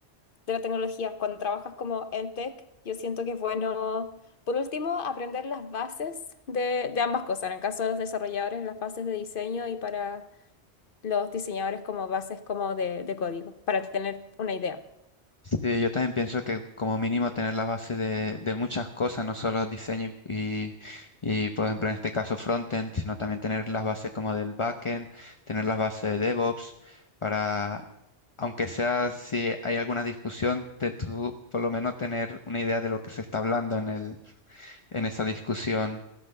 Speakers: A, on the left; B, on the left.
A: de la tecnología. Cuando trabajas como en tech, yo siento que es bueno, por último, aprender las bases de, de ambas cosas. En el caso de los desarrolladores, las bases de diseño y para los diseñadores como bases como de, de código, para tener una idea.
B: Sí, yo también pienso que como mínimo tener la base de, de muchas cosas, no solo diseño y, y, por ejemplo, en este caso frontend, sino también tener las bases como del backend, tener las bases de DevOps, para, aunque sea si hay alguna discusión, te- tú por lo menos tener una idea de lo que se está hablando en el, en esa discusión.